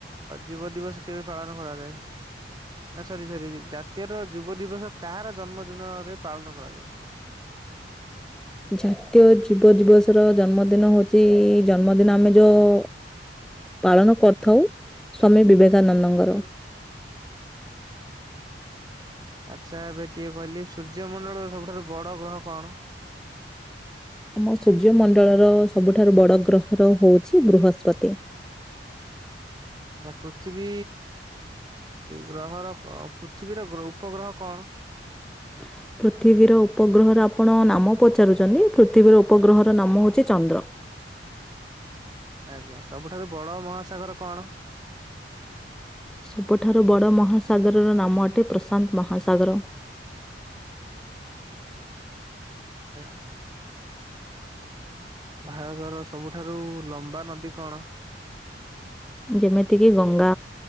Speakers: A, on the right (about 25°); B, in the centre.
A: ଯୁବ ଦିବସ କେବେ ପାଳନ କରାଯାଏ? ସରି ସରି ଜାତୀୟର ଯୁବ ଦିବସ କାହାର ଜନ୍ମଦିନରେ ପାଳନ କରାଯାଏ?
B: ଜାତୀୟ ଯୁବ ଯୁବ ଦିବସ ର ଜନ୍ମଦିନ ହଉଛି ଜନ୍ମଦିନ ଆମେ ଯୋଉ ପାଳନ କରିଥାଉ ସ୍ଵାମୀ ବିବେକାନନ୍ଦଙ୍କର।
A: ଆଚ୍ଛା ଏବେ ଟିକେ କହିଲି ସୂର୍ଯ୍ୟମଣ୍ଡଳର ସବୁଠାରୁ ବଡ ଗ୍ରହ କଣ?
B: ଆମ ସୂର୍ଯ୍ୟମଣ୍ଡଳର ସବୁଠାରୁ ବଡ ଗ୍ରହର ହଉଛି ବୃହସ୍ପତି।
A: ନା ପୃଥିବୀ ଗ୍ରହର ପୃଥିବୀର ଉପଗ୍ରହ କଣ?
B: <inaudible> ପୃଥିବୀର ଉପଗ୍ରହର ଆପଣ ନାମ ପଚାରୁଛନ୍ତି ପୃଥିବୀର ଉପଗ୍ରହର ନାମ ହଉଛି ଚନ୍ଦ୍ର।
A: ଆଜ୍ଞା ସବୁଠାରୁ ବଡ ମହାସାଗର କଣ?
B: ସବୁଠାରୁ ବଡ ମହାସାଗରର ନାମ ଅଟେ ପ୍ରଶାନ୍ତ ମହାସାଗର।
A: <unintelligible> ଭାରତର ସବୁଠାରୁ ଲମ୍ବା ନଦୀ କଣ?
B: ଯେମିତିକି ଗଙ୍ଗା